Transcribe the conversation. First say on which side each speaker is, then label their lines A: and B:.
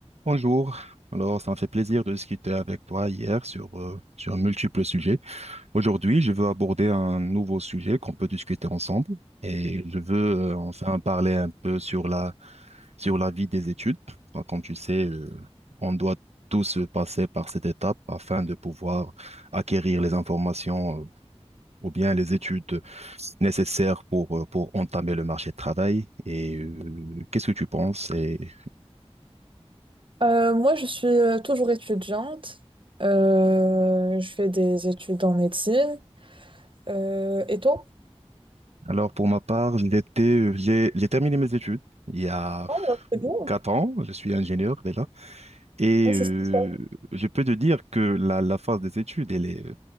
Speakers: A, on the right; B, on the right.
A: Bonjour. Alors, ça me fait plaisir de discuter avec toi hier sur, euh, sur un multiple sujet. Aujourd'hui, je veux aborder un nouveau sujet qu'on peut discuter ensemble et je veux euh, enfin parler un peu sur la, sur la vie des études. Enfin, Comme tu sais, euh, on doit tous passer par cette étape afin de pouvoir acquérir les informations euh, ou bien les études nécessaires pour, euh, pour entamer le marché de travail. Et euh, qu'est-ce que tu penses? Et voilà.
B: Euh, moi, je suis euh, toujours étudiante. Euh, je fais des études en médecine. Euh, et toi?
A: Alors pour ma part, j'étais- j'ai j'ai terminé mes études il y a
B: Ah, c'est bien.
A: quatre ans, je suis ingénieur déjà, et
B: Ah, c'est
A: euh,
B: super.
A: je peux te dire que la, la phase des études, elle est,